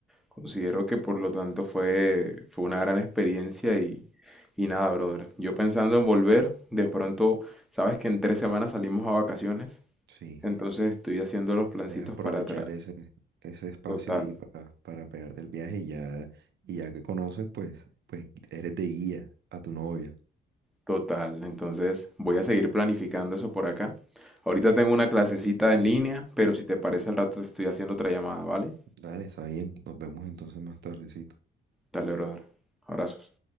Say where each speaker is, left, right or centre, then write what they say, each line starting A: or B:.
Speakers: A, in the centre; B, on the right.
A: Considero que por lo tanto fue, fue una gran experiencia y, y nada, brother. Yo pensando en volver, de pronto, sabes que en tres semanas salimos a vacaciones,
B: Sí,
A: entonces estoy haciendo los plancitos
B: debes aprovechar
A: para atrás.
B: ese, ese espacio
A: Total.
B: ahí para, para pegarte el viaje y ya, y ya que conoces, pues, pues eres de guía a tu novia.
A: Total, entonces voy a seguir planificando eso por acá. Ahorita tengo una clasecita en línea, pero si te parece al rato te estoy haciendo otra llamada, ¿vale?
B: Dale, está bien, nos vemos entonces más tardecito.
A: Dale, brother. Abrazos.